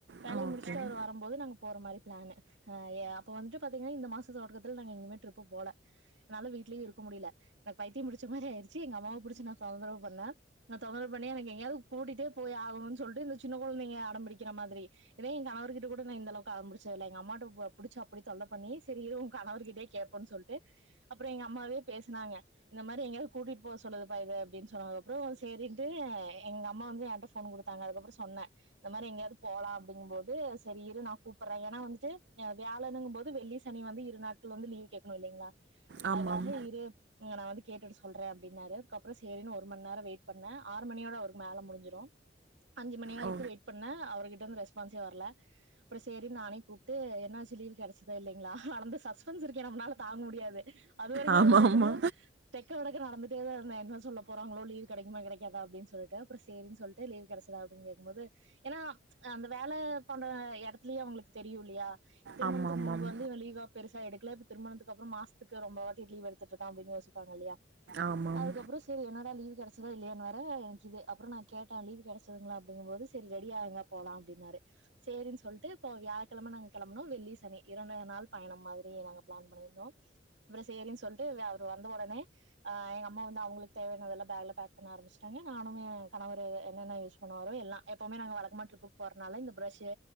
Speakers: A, on the right; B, on the right.
A: வேலைய
B: ஆ ஓகேங்க.
A: முடிச்சுட்டு அவர் வரும்போது நாங்க போற மாரி ப்ளான்னு ஹ ஏ அப்ப வந்துட்டு பாத்தீங்கன்னா இந்த மாஸ் ஸி ஸோட்டுக்கத்தில் நாங்க இங்யுமே ட்ரிப்பு போல னால வீட்டிலியு இருக்க முடில நக் பைத்தியம் முடிச்ச மாரே ஆய்ரி ச்சி எங்க அம்மாாவ புடிச்சி நா கவ்ந்தரவு பண்ண நா தொந்தரவ் பண்யே எனக்கே எங்யாவு கூட்டிட்டே போய் ஆகணுன் சொல்ட்டு இந்த சின்ன கொழ்ன்தைங்க அடம்பிடிக்கிற மாதிரி எடே என் கணவர்கிட்ட கூட நா இந்தளவுக்கா ஆம்புடிச் சோல்ல எங்க அம்மாட்ட போ புடிச்சு அப்படி தொல்ல பண்ணி சரி இரவும் கணவர் கிட்டே கேப்போன் சொல்ட்டு அப்றோ எங்க அம்மாவே பேசினாங்க இந்த மாரி எங்யாவ் கூட்டிட்டு போ சொல்லுது பா இது அப்டின் சொன்னது அப்றோ ஸி தேரின்ட்டு எங்க அம்மா வந்து என்கிட்ட ஃபோன் குடுத்தாங்க அதுக்கப்றோ சொன்னே இந்த மாரி எங்யாவ்து போலா அப்டிங் போது சரி இரு‌ நா கூப் ப்ரயனா வந்துட்டு ஏ வ்யாலன்னுங்கும் போது வெள்ளி சனி வந்து இரு நாட்கள் வந்து லீவு கேக்ணு இல்லைங்ளா
B: ஆமாம்
A: அதாஹ இரு இங்க நா வந்து கேட்டுட்டு சொல்றே அப்டின்னாரு கப்றோ சேரின்னு ஒருமண் நேர வெய்ட் பண்ண ஆறு மணியோட அவருக்கு மேல முடிஞ்சிரு அஞ்சு மணி வரைக்கு
B: ஓ
A: வெய்ட் பண்ண அவர் கிட்டந்து ரெஸ்பான்ஸே வர்ல தேரி நானே கூப்ட்டு என்னாச்சு லீவ் கெடச்சதா இல்லைங்ளா‌ அளந்து சஸ் ப்பன்ஸ் இருக்கு ஏனா நம்மளால தாங்க முடியாது அது வரைக்குமே
B: ஆமாமா
A: வந்து பாத்தீங்னா தெக்க வடக்க நடந்துட்டே தா இருந்தே என்ன சொல்ல போறாங்ளோ லீவ் கெடைக்குமா கெடைக்காதா அப்டின் சொல்லிட்டு அப்ற சேரின் சொல் து லீவ் கெடச்சதா அப்டின் கேக்கும்போது ஏனா அந்த வேல பன்றஅ யடத் த்லியா அவ்ங்ளுக் தெரியு லுயா திருமணத்துக்கு
B: ஆமாமாம் ஆமாம்
A: முன்பு வந்து இவ லீவாப் பெருசா எடுக்ல இப்ப திருமணத்துக்கு அப்றம் மாஸ்த்துக்கு ரொம்ப வாட்டிட் லீவ் எடுத்துட்ருக்கா அப்பின் யோசிப்பாங்கல்லையா
B: ஆமாம்
A: அதுக்கப்றோஸ் தெரி என்னடா லீவ் கெடச்சதா இல்லயான் வேர எனக்கிது அப்றோ நா கேட்ட லீவ கெடச்சதுங்ளா அப்டிங்கும்போது செரி ரெடி ஆய்ங்கப் போலா அப்டின்னாரு சேரின் சொல்ட்டு போ வ்யாழ்க்கெழம நங் கெளம்ப்னோ வெள்ளி சனி இரண்டு நாள் பயணம் மாதிரி நாங்க ப்ளான் பண்ணிர்ந்தோம் அப்புறோ செரின்ன்னனு சொல்லிட்டு வே அவரு வந்த உடனே ஆ எங்க அம்மா வந்து அவங்களுக்கு தேவையானதல்ல பேக்ல பேக் பண்ண ஆரம்பச்சுட்டாங்க நானு எ கணவரு என்னென்ன யூஸ் போன வரு எல்லா எப்பவுமே நாங்க வழக்கமா ட்ரிப்புக்கு போறனால இந்த பிரஷ்சு